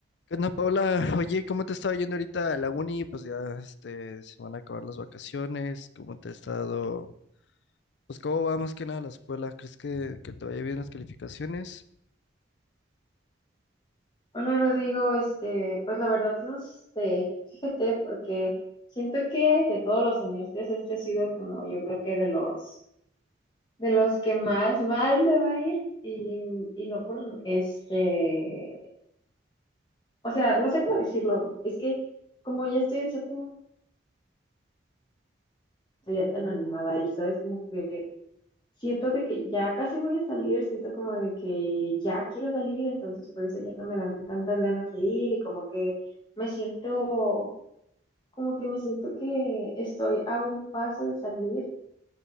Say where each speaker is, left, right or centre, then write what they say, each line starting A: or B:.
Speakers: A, on the left; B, on the left.
A: ¿Qué onda, Paula? Oye, ¿cómo te estaba yendo ahorita a la uni? Pues ya este, se van a acabar las vacaciones. ¿Cómo te ha estado? Pues, ¿cómo va más que nada la escuela? ¿Crees que, que te vaya bien las calificaciones?
B: Hola Rodrigo, este, pues la verdad no sé, fíjate, porque siento que de todos los semestres este ha sido como yo creo que de los de los que más mal me va a ir y, y no por este, o sea, no sé cómo decirlo, es que como ya estoy en séptimo ya tan animada y sabes como que siento de que ya casi voy a salir, siento como de que ya quiero salir, entonces por eso ya no me dan tantas ganas de ir y como que me siento como que me siento que estoy a un paso de salir,